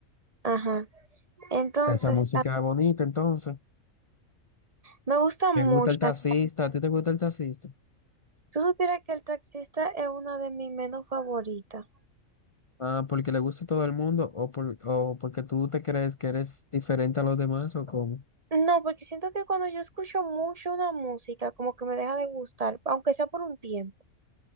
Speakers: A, on the right; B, on the left.
A: Ajá. Entonces,
B: Esa música
A: a-
B: es bonita, entonces.
A: me gustan
B: Me
A: muchas.
B: gusta el taxista, ¿a ti te gusta el taxista?
A: Tú supieras que el taxista es una de mis menos favoritas.
B: Ah, porque le gusta a todo el mundo o, por, o porque tú te crees que eres diferente a los demás o cómo.
A: No, porque siento que cuando yo escucho mucho una música, como que me deja de gustar, aunque sea por un tiempo.